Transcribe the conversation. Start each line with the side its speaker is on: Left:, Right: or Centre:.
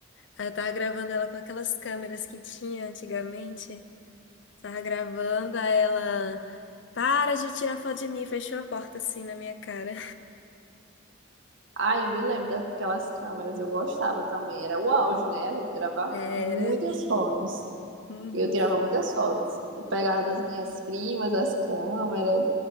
Left: Aí eu tava gravando ela com aquelas câmeras que tinha antigamente. Tava gravando, aí ela. Para de tirar foto de mim, fechou a porta assim na minha cara.
Right: Ah, eu me lembro daquelas câmeras, eu gostava também. Era o auge, né? A gente tirava
Left: Era.
Right: muitas fotos.
Left: Uhum.
Right: Eu tirava muitas fotos. Eu pegava das minhas primas as câmeras,